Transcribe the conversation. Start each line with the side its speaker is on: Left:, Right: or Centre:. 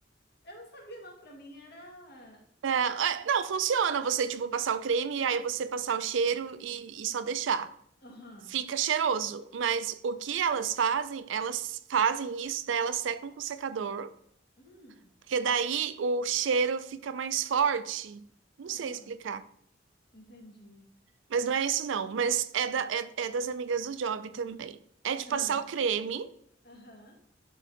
Left: Eu não sabia, não. Pra mim era.
Right: É, é, não, funciona você, tipo, passar o creme e aí você passar o cheiro e, e só deixar.
Left: Aham.
Right: Fica cheiroso, mas o que elas fazem, elas fazem isso, daí elas secam com secador,
Left: Hum.
Right: porque daí o cheiro fica mais forte. Não
Left: Aham.
Right: sei explicar,
Left: Entendi.
Right: mas não é isso não, mas é, da, é, é das amigas do Job também. É de
Left: Ah.
Right: passar o creme
Left: Aham.